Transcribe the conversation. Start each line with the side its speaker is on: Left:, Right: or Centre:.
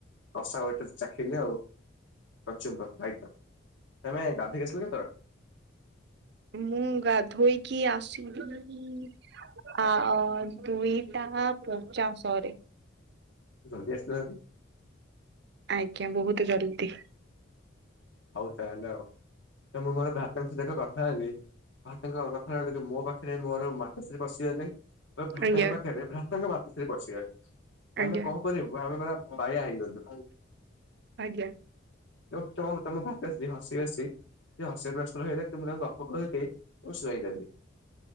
Left: କଷା ଗୋଟେ ଚାଖିଲି ଆଉ। କଚୁମ୍ବର୍ ରାଇତା ଆମେ ଗାଧେଇକି ଆସିଲୁ ତ
Right: ମୁଁ ଗାଧୋଇକି ଆସିଲି। ଆ ଦୁଇଟା ପଞ୍ଚାଶରେ
Left: ଜଲଦି ଆସିଲହାରି
Right: ଆଜ୍ଞା ବହୁତ୍ ଜଲଦି।
Left: ହଉ ତାହେଲେ ଆଉ ତ ମୁଁ ମୋର ଭାତ୍ରା ଙ୍କ ସହିତ କଥା ହେଲି ଭାତ୍ରାଙ୍କ କଥା ହେଲି ଜେ ମୋ ପାଖରେ ମୋର ମା ବସିବସିଗଲେ ଭ୍ରାତଙ୍କ
Right: ଆଜ୍ଞା
Left: ପାଖରେ ଭ୍ରାତଙ୍କ ବାତିଶରେ ବସିଗଲେ ଆମେ
Right: ଆଜ୍ଞା
Left: କଣ ଆ ପରେ ବାରଦରା ବାୟା ହେଇଗଲୁ
Right: ଆଜ୍ଞା।
Left: <unintelligible> ତମ ବାପାଶ୍ରୀ ହସି ହସି ସେ ଅସି ବୟସର ହେଲେ ତୁମର ଗପ କହିକି ମୁଁ ଶୁଆଇଦେଲି।